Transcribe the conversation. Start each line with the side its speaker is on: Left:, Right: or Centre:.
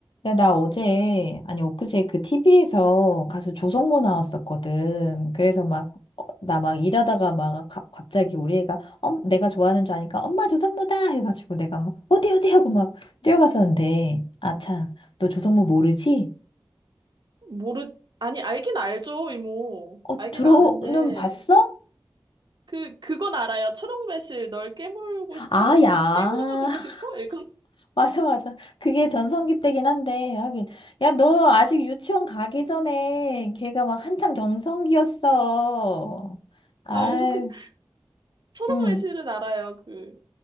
Left: 야, 나 어제, 아니, 엊그제 그 TV에서 가수 조성모 나왔었거든. 그래서 막, 어, 나막 일하다가 막 가- 갑자기 우리 애가, 엄, 내가 좋아하는 줄 아니까 엄마 조성모다! 해가지고 내가 막, 어디, 어디? 하고 막 뛰어갔었는데, 아차, 너 조성모 모르지?
Right: 모르, 아니, 알긴 알죠, 이모.
Left: 어,
Right: 알긴
Left: 들어는
Right: 아는데.
Left: 봤어?
Right: 그, 그건 알아요. 초록매실, 널 깨물고 싶어?
Left: 아, 야.
Right: 깨물어주고
Left: <laughs>
Right: 싶어? 이건, <laughs>
Left: 맞아, 맞아. 그게 전성기 때긴 한데, 하긴. 야, 너 아직 유치원 가기 전에 걔가 막 한창 전성기였어. 아유.
Right: 아, 그렇구나. 초록매실은
Left: 응.
Right: 알아요. 그,